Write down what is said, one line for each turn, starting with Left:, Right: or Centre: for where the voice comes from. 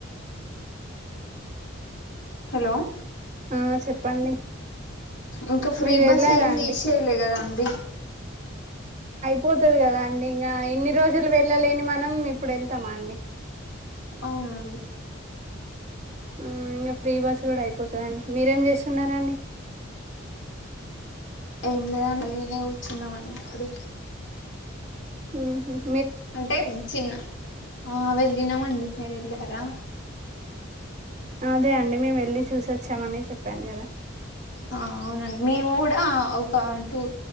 Left: హలో
Right: ఆ! చెప్పండి.
Left: ఇంకా ఫ్రీ
Right: మీరు
Left: బస్
Right: వెళ్ళారా
Left: ఏమి
Right: అండి
Left: తీసేయలే కదండి
Right: పోతుంది కదా అండి ఇంకా ఇన్ని రోజులు వెళ్ళలేని మనం ఇప్పుడు వెళ్తామా అండి
Left: అవునండి
Right: ఆ ఇంకా ఫ్రీ బస్ కూడా అయిపోతుందిండి మీరేం చేస్తున్నారాండి
Left: ఏం లేదండి కలిగనే కూర్చున్నాం అండి ఇప్పుడే
Right: ఆహ
Left: అంటే చిన్న ఆ వెళ్ళినామండి మీరు వెళ్ళ కరా
Right: అదే అండి మేము వెళ్ళి చూసోచ్చామని చెప్పాను కదా
Left: ఆ అవునండి మేము కూడా ఒక two